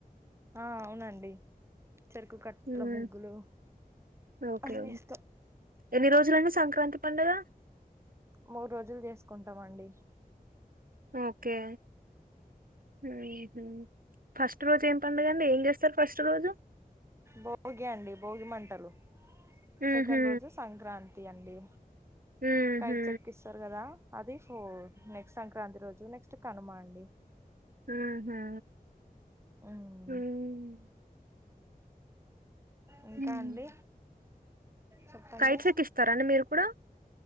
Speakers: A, on the right; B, on the right.
A: ఆ అవునండి. చెరుకు కట్టల
B: మ్మ్.
A: ముగ్గులు.
B: ఓకే
A: అన్ని ఇస్తాం
B: ఎన్ని రోజులండి సంక్రాంతి పండగ?
A: మూడు రోజులు చేసుకుంటామండి.
B: ఓకే ఊహూ ఫస్ట్ రోజు ఏం పడగండి? ఏం చేస్తారు ఫస్ట్ రోజు?
A: భోగి అండి భోగి మంటలు.
B: ఊహూ.
A: సెకండ్ రోజు సంక్రాంతి అండి.
B: ఊహూ.
A: కైట్స్ ఎక్కిస్తారు కదా అది ఫ్ నెక్స్ట్ సంక్రాంతి రోజు నెక్స్ట్ కనుమ అండి.
B: ఊహూ
A: ఉమ్
B: హూమ్
A: ఇంకా
B: మ్మ్.
A: అండి? చెప్పండి
B: కైట్స్ ఎక్కిస్తారా అండి మీరు కూడా?